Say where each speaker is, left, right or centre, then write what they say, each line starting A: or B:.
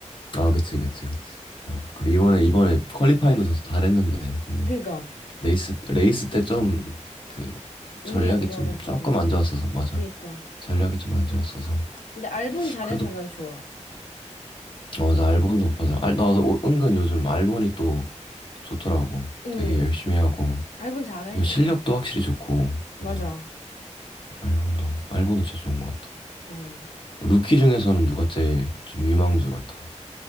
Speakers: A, on the left; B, on the left.
A: 아, 그치, 그치, 그치. 맞아. 그리고 이번에, 이번에 퀄리파잉도 져서 잘했는데, 근데.
B: 그니까
A: 레이스 레이스 때 좀 그
B: 운이
A: 전략이
B: 안 좋아가지고
A: 좀 조금 안 좋았어서 맞아
B: 그니까
A: 전략이 좀 안 좋았어서
B: 근데 알본 잘해서
A: 그래도
B: 난 좋아
A: 어, 맞아 알본도 맞아 알, 나도 오- 은근 요즘 알본이 또 좋더라고
B: 응
A: 되게 열심히 하고
B: 알본 잘해
A: 또 실력도 확실히 좋고 그래서
B: 맞아.
A: 알본도 알본도 진짜 좋은 것 같아
B: 어.
A: 루키 중에서는 누가 제일 좀 유망주 같아